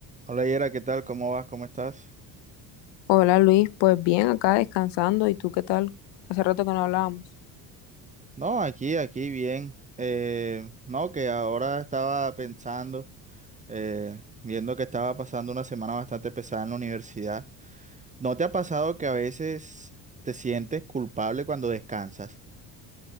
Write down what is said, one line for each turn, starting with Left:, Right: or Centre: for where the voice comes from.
Right: Hola Yera, ¿qué tal? ¿Cómo vas? ¿Cómo estás?
Left: Hola Luis, pues bien, acá descansando. ¿Y tú qué tal? Hace rato que no hablábamos.
Right: No, aquí, aquí bien. Eh, no, que ahora estaba pensando, eh, viendo que estaba pasando una semana bastante pesada en la universidad. ¿No te ha pasado que a veces te sientes culpable cuando descansas?